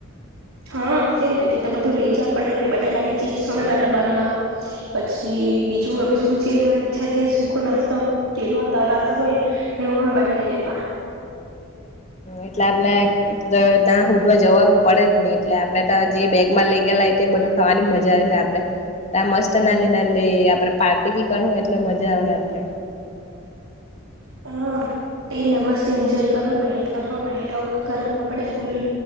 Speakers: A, on the right; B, on the left.
A: હા કેમ ને ત તો બધું લઇ જ પડ હે બટાકાની ચીપ્સમે માટે બનવા પછી બીજું હવે જે મારી ઈચ્છા છે સુખો નાસ્તો જેલમાં તરાતો હોય ને એ બનાવી લેવા
B: એટલે આપને દા ઉડવા જવા પડે જ નહી એટલે આપડે તો જે બેગમાં લઈ રીયલ લાફે બધું ખાવાની મજા છે આપડે મસ્ત ના લ ના લઈ આપડે પાર્ટી બી કરવું એટલે મજા આવે આપણે
A: <inaudible> હા તે ન મસ્ત એન્જોય કરો નાઈટ કરો નાઈટ આઉટ કરો આપડ ફૂલ